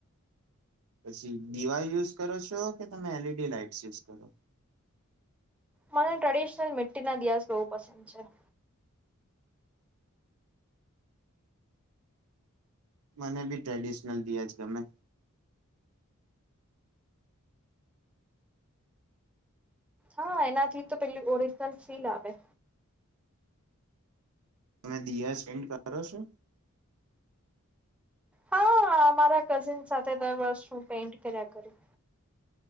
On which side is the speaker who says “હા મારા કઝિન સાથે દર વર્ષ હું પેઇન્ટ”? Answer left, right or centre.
Centre